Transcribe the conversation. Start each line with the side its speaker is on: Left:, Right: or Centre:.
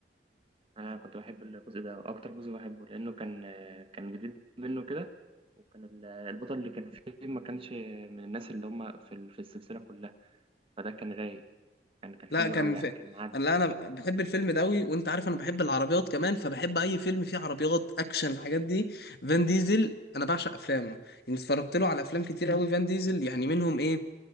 Right: أنا كنت بحب الجزء ده وأكتر جزء بحبه لأنه كان آه، كان جديد منه كده وكان ال- البطل اللي كان فيه ما كانش من الناس اللي هم في ال- في السلسلة كلها فده كان رايق كان كان
Left: لا
Right: حلو
Left: كان
Right: قوي
Left: في
Right: يعني كان معدي
Left: قال لا انا بحب الفيلم ده قوي وانت عارف انا بحب العربيات كمان فبحب اي فيلم فيه عربيات اكشن الحاجات دي فان ديزل انا بعشق افلامه يعني اتفرجت له على افلام كتير قوي فان ديزل يعني منهم ايه